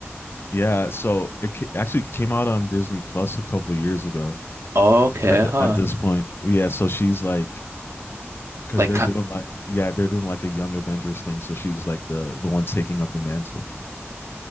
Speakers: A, on the left; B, on the right.
A: Yeah, so it ca- actually came out on Disney Plus a couple years ago.
B: Okay,
A: At the,
B: huh.
A: at this point, yeah. So she's like because
B: Like
A: they're doing like yeah they're doing like a young avengers thing so she's like the the one taking up the mantle